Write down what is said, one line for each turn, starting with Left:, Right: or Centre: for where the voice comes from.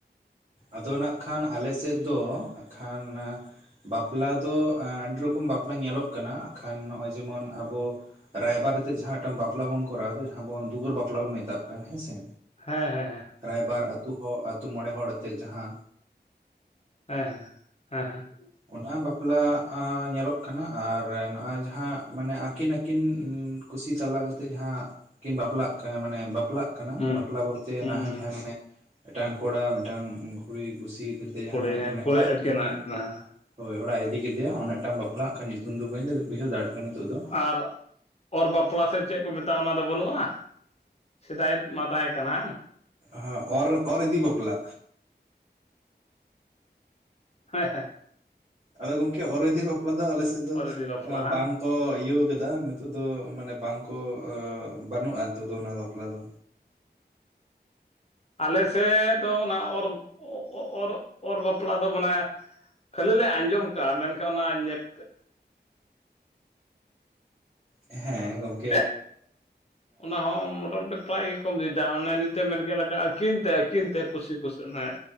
Right: ᱟᱫᱚ ᱱᱟᱜ ᱠᱷᱟᱱ ᱟᱞᱮ ᱥᱮᱫ ᱫᱚ ᱠᱷᱟᱱ ᱵᱟᱯᱞᱟ ᱫᱚ ᱮᱻ ᱟᱹᱰᱤ ᱨᱚᱠᱚᱢ ᱵᱟᱯᱞᱟ ᱧᱮᱞᱚᱜ ᱠᱟᱱᱟ ᱠᱷᱟᱱ ᱱᱚᱜᱼᱚᱭ ᱡᱮᱢᱚᱱ ᱟᱵᱚ ᱨᱟᱭᱵᱟᱨ ᱟᱛᱮᱫ ᱡᱟᱦᱟᱸᱴᱟᱝ ᱵᱟᱯᱞᱟ ᱵᱚᱱ ᱠᱚᱨᱟᱣ ᱫᱚ ᱡᱟᱦᱟᱸ ᱵᱚᱱ ᱫᱣᱟᱹᱨ ᱵᱟᱯᱞᱟ ᱵᱚᱱ ᱢᱮᱛᱟᱜ ᱠᱟᱱ ᱦᱮᱸᱥᱮ᱾
Left: ᱦᱮᱸ ᱦᱮᱸ ᱦᱮᱸ
Right: ᱨᱟᱭᱵᱟᱨ ᱟᱛᱩ ᱦᱚᱲ ᱟᱹᱛᱩ ᱢᱚᱬᱮ ᱦᱚᱲ ᱟᱛᱮᱜ ᱡᱟᱦᱟᱸ
Left: ᱦᱮᱸ ᱦᱮᱸ ᱦᱮᱸ ᱦᱮᱸ
Right: ᱚᱱᱟ ᱵᱟᱯᱞᱟ ᱟᱸᱻ ᱧᱮᱞᱚᱜ ᱠᱟᱱᱟ ᱟᱨ ᱱᱚᱜᱼᱚᱭ ᱡᱟᱦᱟᱸ ᱢᱟᱱᱮ ᱟᱹᱠᱤᱱ ᱟᱹᱠᱤᱱ ᱼᱼ ᱠᱩᱥᱤ ᱛᱟᱞᱟ ᱠᱟᱛᱮᱫ ᱡᱟᱦᱟᱸ ᱠᱤᱱ ᱵᱟᱯᱞᱟᱜ ᱠᱟᱱᱟ ᱢᱟᱱᱮ ᱵᱟᱯᱞᱟᱜ ᱠᱟᱱᱟ
Left: ᱦᱩᱸ
Right: ᱵᱟᱯᱞᱟ ᱵᱚᱞᱛᱮ
Left: ᱦᱩᱸ
Right: ᱱᱟᱦᱟᱜ
Left: ᱦᱩᱸ
Right: ᱡᱟᱦᱟᱸᱭ ᱢᱟᱱᱮ ᱢᱤᱫᱴᱟᱝ ᱠᱚᱲᱟ ᱢᱤᱫᱴᱟᱝ ᱠᱩᱲᱤ ᱠᱩᱥᱤ ᱼᱼ ᱡᱟᱦᱟᱸ
Left: ᱠᱩᱲᱤ ᱦᱮᱸ
Right: ᱢᱟᱱᱮ
Left: ᱠᱩᱲᱤ
Right: ᱚᱲᱟᱜ
Left: ᱟᱹᱠᱤᱱᱟᱜ
Right: ᱤᱫᱤ,
Left: ᱦᱮᱸ
Right: ᱦᱳᱭ ᱚᱲᱟᱜ ᱤᱫᱤ ᱠᱮᱫᱮᱭᱟ ᱚᱱᱮ ᱴᱟᱜ ᱵᱟᱯᱞᱟᱜ ᱠᱷᱟᱱ ᱧᱩᱛᱩᱢ ᱫᱚ ᱵᱟᱹᱧᱟᱹᱭ ᱵᱩᱡᱟᱹᱣ ᱫᱟᱲᱮᱭᱟᱜ ᱠᱟᱱᱟ ᱱᱤᱛᱚᱜ ᱫᱚ᱾
Left: ᱟᱨ ᱚᱨ ᱵᱟᱯᱞᱟ ᱥᱮ ᱪᱮᱫ ᱠᱚ ᱢᱮᱛᱟᱜᱼᱟ ᱚᱱᱟ ᱫᱚ ᱵᱟᱹᱱᱩᱜᱼᱟ? ᱥᱮᱫᱟᱭ ᱢᱟ ᱛᱟᱦᱮᱸ ᱠᱟᱱᱟ᱾
Right: ᱟᱻ ᱚᱨ ᱚᱨ ᱤᱫᱤ ᱵᱟᱯᱞᱟ?
Left: ᱦᱮᱸ ᱦᱮᱸ
Right: ᱟᱫᱚ ᱜᱚᱝᱠᱮ ᱚᱨᱫᱷᱤ ᱵᱟᱯᱞᱟ ᱫᱚ ᱟᱞᱮᱥᱮᱫ ᱫᱚ
Left: ᱚᱨ ᱤᱫᱤ ᱵᱟᱯᱞᱟ
Right: ᱵᱟᱝ ᱠᱚ ᱤᱭᱟᱹᱣ ᱠᱮᱫᱟ ᱱᱤᱛᱚᱜᱜ ᱫᱚ ᱢᱟᱱᱮ ᱵᱟᱝ ᱠᱚ ᱚᱻ ᱵᱟᱹᱱᱩᱜᱼᱟ ᱱᱤᱛᱚᱜ ᱫᱚ ᱚᱱᱟ ᱵᱟᱯᱞᱟ ᱫᱚ।
Left: ᱟᱞᱮ ᱥᱮᱫ ᱫᱚ ᱚᱱᱟ ᱚᱨ ᱚ ᱚ ᱚ ᱚᱨ ᱵᱟᱯᱞᱟ ᱫᱚ ᱢᱟᱱᱮ ᱠᱷᱟᱹᱞᱤ ᱞᱮ ᱟᱸᱡᱚᱢ ᱠᱟᱜᱼᱟ ᱢᱮᱱᱠᱷᱟᱱ ᱚᱱᱟ ᱧᱮᱯ
Right: ᱦᱮᱸ ᱜᱚᱝᱠᱮ
Left: <inaudible> ᱚᱱᱟ ᱦᱚᱸ ᱢᱚᱴᱟᱢᱩᱴᱤ ᱱᱟᱯᱟᱭ ᱜᱮᱠᱚᱢ ᱤᱫᱤᱭᱟ ᱚᱱᱮ ᱱᱤᱛᱮᱢ ᱢᱮᱱ ᱠᱮᱫ ᱞᱮᱠᱟ ᱟᱹᱠᱤᱱ ᱛᱮ ᱟᱹᱠᱤᱱ ᱛᱮ ᱠᱩᱥᱤ ᱠᱩᱥᱤ ᱦᱚᱭ